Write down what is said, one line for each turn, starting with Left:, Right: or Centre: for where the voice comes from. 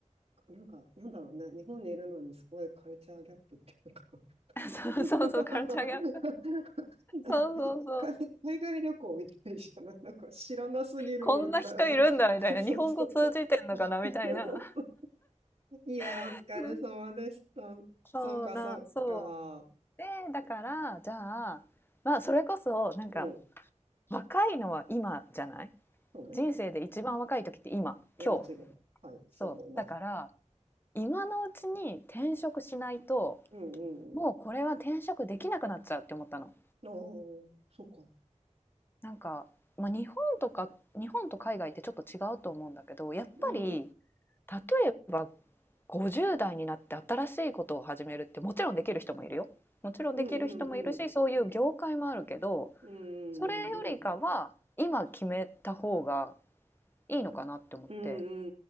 Right: なんか、なんだろうね。日本にいるのにすごいカルチャーギャップっていうか
Left: <laughs> そうそうそう、
Right: <laughs>
Left: カルチャーギャップ。そうそうそう。
Right: 海海外旅行みたいじゃないなんか知らなすぎるみたいな。
Left: こんな人いるんだみたいな、
Right: <laughs> そうそう。
Left: 日本語通じてんのかなみたいな。
Right: <laughs> いや、
Left: <laughs>
Right: お疲れ様でした。
Left: そう、そうなそ
Right: そうか、そうか。
Left: う。で、だからじゃあ、まあ、それこそなんか
Right: うん。
Left: 若いのは今じゃない？
Right: そうね。
Left: 人生で一番若い時って今、
Right: いや、
Left: 今日。
Right: 間違いない。はい、そう思います。
Left: そう、だから今のうちに転職しないと
Right: うんうんうん。
Left: もうこれは転職できなくなっちゃうって思ったの。
Right: ああ、そうか。
Left: なんか、まあ、日本とか日本と海外ってちょっと違うと思うんだけどやっぱり
Right: うん。うん
Left: 例えば50代になって新しいことを始めるってもちろんできる人もいるよ。もちろんできる人もいるしそういう業界もあるけど
Right: うんうん。うんうんうんうん。
Left: それよりかは今決めた方がいいのかなって思って
Right: うんう